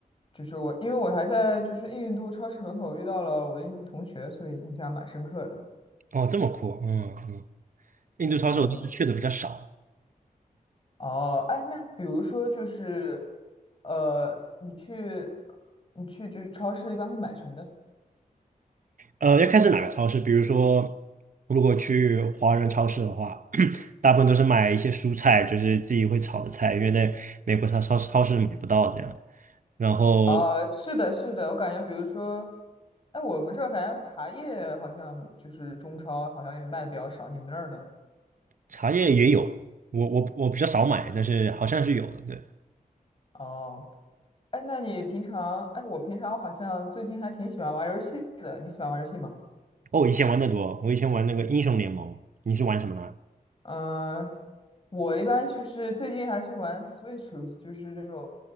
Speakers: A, on the left; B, on the right.
A: 就是我因为我还在就是印度超市门口遇到了我的印度同学，所以印象蛮深刻的。
B: 哦，这么酷，嗯嗯印度超市我倒是去的比较少，
A: 嗯，哦，哎，那比如说就是呃，你去你去就是超市一般会买什么呢？
B: 呃，要看是哪个超市。比如说，如果去华人超市的话，<clears throat> 大部分都是买一些蔬菜，就是自己会炒的菜，因为在美国超超超市买不到这样。然后
A: 啊，是的，是的，我感觉，比如说，哎，我们这儿感觉茶叶好像就是中超好像也卖的比较少，你们那儿呢？
B: 茶叶也有，我我我比较少买，但是好像是有的。对，
A: 哦，哎，那你平常，哎，我平常好像最近还挺喜欢玩游戏的，你喜欢玩游戏吗？
B: 哦，我以前玩的多，我以前玩那个英雄联盟，你是玩什么呢？
A: 嗯、我一般就是最近还是玩 Switch 游戏，就是那种